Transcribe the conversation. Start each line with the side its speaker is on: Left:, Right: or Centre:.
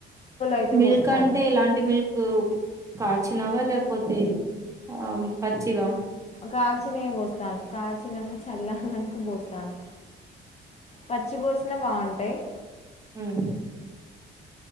Left: అయితే
Right: మిల్క్
Left: పోస్తాను
Right: అంటే ఎలాంటి మిల్క్ కాచినవా లేకపోతే, ఆ పచ్చివా
Left: కాల్చినే పోస్తాను. కాల్చినంక చల్లారినంక పోస్తాను. పచ్చి పోసినా బాగుంట టయి.
Right: మ్